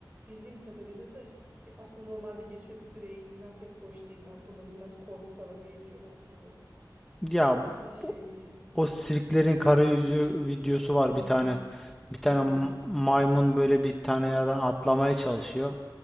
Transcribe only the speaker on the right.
bildiğim kadarıyla da ge- aslında normalde geçirdikleri eğitimler pek hoş değil. Yani bunları biraz korkutarak eğitiyorlar sanırım.
O da şey
değil.
Hmm,
bilmiyorum.